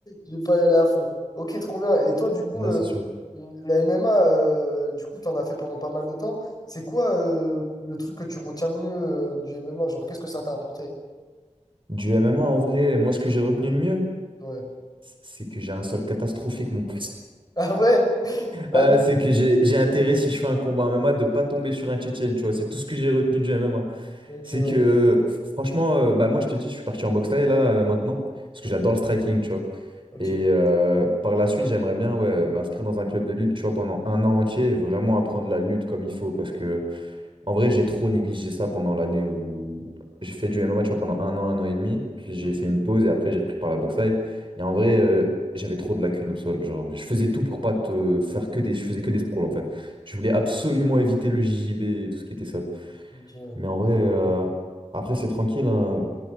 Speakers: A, on the left (about 30°); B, on the right (about 40°).
A: je vais pas y aller à fond. Ok, trop bien. Et toi, du coup,
B: Là,
A: euh,
B: c'est sûr.
A: la MMA, euh, du coup, t'en as fait pendant pas mal de temps. C'est quoi euh, le truc que tu retiens le mieux euh, du MMA? Genre, qu'est-ce que ça t'a apporté?
B: Du MMA, en vrai, moi, ce que j'ai retenu le mieux,
A: Ouais. <laughs>
B: c- c'est que j'ai un sol catastrophique, mon pote. <laughs>
A: Ah ouais? La
B: Ah,
A: lutte.
B: c'est que j'ai j'ai intérêt, si je fais un combat en MMA, de pas tomber sur un Tchétchène, tu vois. C'est tout ce que j'ai retenu du MMA.
A: Ok,
B: C'est
A: ouais.
B: que, euh, f- franchement, euh, bah, moi, je te dis, je suis parti en boxe thaï, là, euh, maintenant, parce
A: Ok,
B: que j'adore le striking, tu vois.
A: ok.
B: Et euh, par la suite, j'aimerais bien, ouais, m'inscrire dans un club de lutte, tu vois, pendant un an entier et vraiment apprendre la lutte comme il faut, parce que En vrai, j'ai trop négligé ça pendant l'année où j'ai fait du MMA, tu vois, pendant un an, un an et demi. Puis j'ai
A: Ok,
B: fait une pause et après j'ai repris par la boxe thaï. Et en
A: ouais.
B: vrai, euh, j'avais trop de lacunes au sol. Genre, je faisais tout pour pas te faire que des, je faisais que des sprawls en fait. Je voulais absolument éviter le JJB et tout ce qui était sol.
A: ok,
B: Mais en vrai, euh, après c'est tranquille. hein.